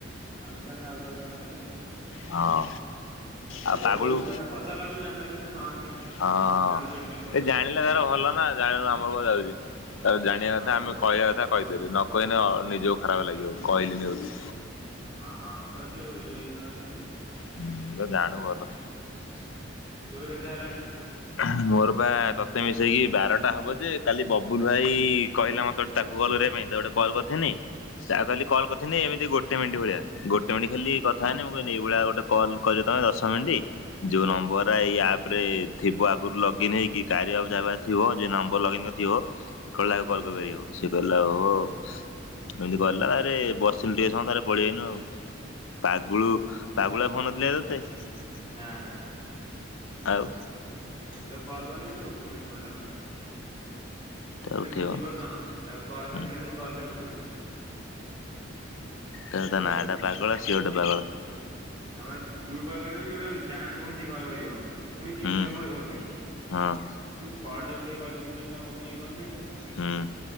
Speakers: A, on the right (about 25°); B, on the left (about 85°).
A: ଆମେ କାଇଁ ଆଉ କାହାକୁ ଜଣେଇବା ନା କରିବା।
B: ହଁ।
A: ଏଟା
B: ଆଉ
A: ସେ
B: ପାଗୁଳୁ
A: ଭଉତୁ କଥା ପଚାରିଲା ବୋଲି ଜାଣିଦେଲା ସିନା ନହେଲେ କାଇଁ ଜାଣିଥାନ୍ତା
B: ହଁ
A: କି ଏଣୁ ସେଣୁ ଖାଲି ପଚାରୁଥାନ୍ତି।
B: ସିଏ ଜାଣିଲେ ତାର ଭଲ ନା ଆଉ। ଜାଣୁ ଆମର କଣଯାଉଛି ଆଉ ଜାଣିବା
A: ହଁ
B: କଥା ଆମେ କହିବା କଥା କହିଦେଲି ନ କହିନେ ହଁ ନିଜକୁ ଖରାପ ଲାଗିବ କହିଲିିନି ବୋଲି।
A: ହଁ ହଁ ତ ସିଏ ଇଏ ହେଇଥିନା ଗୋଟେ ଆଉ।
B: ହୁଁ ତ ଜାଣୁ ଭଲ।
A: ତୋର କେତେଟା ହେଲାଣି?
B: ହ ମୋର ବା ତତେ ମିଶେଇକି ବାରଟା ହବ ଯେ କାଲି ବବୁଲୁ ଭାଇ କହିଲା ମତେ ତାକୁ କଲ କରିବା ପାଇଁ ତାକୁ ଗୋଟେ କଲ କରିଥିନି ସେଆକୁ
A: ହୁଁ
B: କାଲି କଲ କରିଥିନି ଏମିତି ଗୋଟେ ମିଣ୍ଟ ଭଳିଆ ଗୋଟେ ମିଣ୍ଟ ଖାଲି କଥା ହେନି ମୁଁ କହିନି ଏଇ ଭଳିଆ ଗୋଟେ କଲ୍ କରିବ ତମେ ଦଶ ମିନିଟ୍ ଯୋଉ ନମ୍ବର
A: ହୁଁ
B: ଏଇ ଆପ୍ ତାପରେ ଥିବ ଆଗରୁ ଲଗଇନ ହେଇକି କାର୍ୟା ଆଉ ଯାହା ପାଖରେ ଥିବ ଯିଏ ନମ୍ବର ଲଗଇନ୍ କରିଥିବ କଲା
A: ହୁଁ
B: ଆଉ କଲ କରିପାରିବ ସିଏ କହିଲା ଓ ଏମିତି କଇଲା ତାପରେ ବସିଲୁ ଟିକେ ସମୟ ତାରେ ପଳେଇଆଇନୁ ଆଉ। ପାଗୁଳୁ ପାଗୁଳା ଫୋନ କରିଥିଲା ତତେ?
A: ନାଁ ନା।
B: ଆଉ
A: ମୁଁ ତାକୁ କଲ କରିଥିନି ସିଏ ଉଠଉନି କଲଟା କାଇଁ?
B: ତାକୁ
A: ସିଏ ଟେ
B: ଉଠେଇବନି
A: ବିଜି ପର୍ସନ ତାକୁ କଲ୍
B: ହୁଁ
A: କଲେ ସିଏ ଟୋଟାଲି କଲଟା ଉଠେଇବନି।
B: ତ ହେ
A: ଗୋଟେ
B: ତା
A: ଏଇଭଳିଆ
B: ନା
A: ପିଲା।
B: ଟା ପାଗଳ ସିଏ ଗୋଟେ ପାଗଳ।
A: ହଁ ଭାଇ ତୁ କଲ କରିବୁ ସିଏ ଉଠଉନି ତା ଆଡୁ ପୁଣି ସିଏ କଲ କରିବ। ପୁଣି କିଛି
B: ହୁଁ
A: ସମୟ ପରେ କଲ୍ କରିବ,
B: ହଁ
A: ତୁ କଲଟା ଉଠେଇକି କହିଦେବୁନି ନାଁ କଣ କରୁଚୁ କି କଣ ନାହିଁ।
B: ହୁଁ